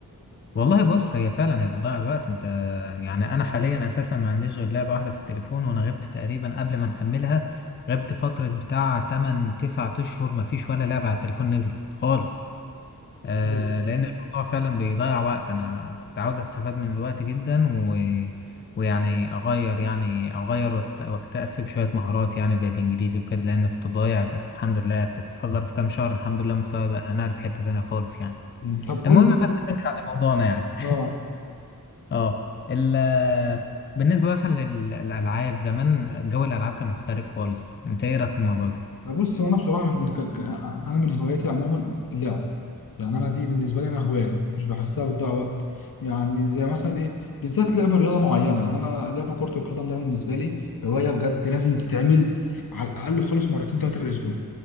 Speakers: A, on the left; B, on the left.
A: والله بص هي فعلا هي بتضيع الوقت انت يعني انا حاليا اساسا ما عنديش غير لعبه واحده في التليفون وانا غبت تقريبا قبل ما نحملها غبت فتره بتاع 8 9 اشهر ما فيش ولا لعبه على التليفون نزلت خالص آه
B: أيوة.
A: لان الموضوع فعلا بيضيع وقت انا كنت عاوز استفاد من الوقت جدا و... ويعني اغير يعني اغير واست... واكتسب شويه مهارات يعني زي الانجليزي وكده لان كنت ضايع بس الحمد لله في في ظرف كام شهر الحمد لله مستواي بقى انا في حته تانيه خالص يعني
B: أمم، طب قول
A: المهم
B: لي
A: بس نرجع لموضوعنا يعني
B: اه
A: اه ال بالنسبة مثلا لل- للألعاب زمان جو الألعاب كان مختلف خالص انت ايه رأيك في الموضوع ده؟
B: بص هو انا بصراحه من ك... ك... انا من هواياتي عموما اللعب يعني انا دي بالنسبه لي انا هوايه مش بحسها بتضيع وقت يعني زي مثلا ايه بالذات لعب رياضه معينه يعني انا لعب كره القدم ده بالنسبه لي هوايه بجد لازم تتعمل على الاقل خالص مرتين ثلاثه في الاسبوع